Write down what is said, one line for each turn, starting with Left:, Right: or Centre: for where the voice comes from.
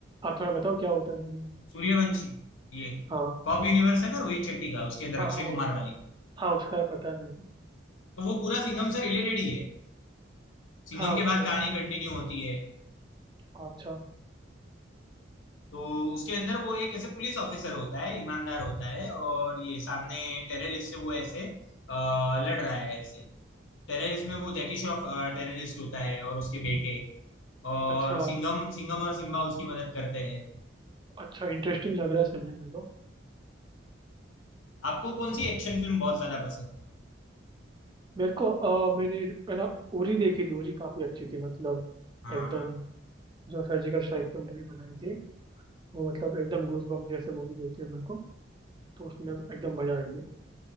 Right: आप थोड़ा बताओ क्या होता है उसमें
Left: सूर्यवंशी ये
Right: हाँ
Left: कॉप यूनिवर्स है ना रोहित शेट्टी का उसके अंदर
Right: हाँ
Left: अक्षय
Right: हाँ वो
Left: कुमार वाली
Right: हाँ उसका है पता है मेरे को
Left: तो वो पूरा सिंघम से रिलेटेड ही है सिंघम
Right: हाँ वो
Left: के बाद
Right: तो
Left: कहानी कंटिन्यू होती है
Right: हाँ, अच्छा
Left: तो उसके अंदर वो एक ऐसे पुलिस ऑफिसर होता है ईमानदार होता है और ये सामने टेररिस्ट से वो ऐसे अ, लड़ रहा है ऐसे टेररिस्ट में वो जैकी श्रॉफ टेररिस्ट होता है और उसके बेटे और
Right: अच्छा
Left: सिंघम सिंघम और सिम्बा उसकी मदद करते हैं
Right: अच्छा इंटरेस्टिंग लग रहा है सुनने में तो
Left: आपको कौन सी एक्शन फिल्म बहुत ज्यादा पसंद है
Right: मेरे को अ, मैंने है ना उरी देखी थी उरी काफी अच्छी थी मतलब
Left: हाँ
Right: एकदम जो सर्जिकल स्ट्राइक पे मूवी बनाई थी वो मतलब एकदम गूज बम्प जैसे मूवी देती है मेरे को तो उसमें एकदम मजा आई थी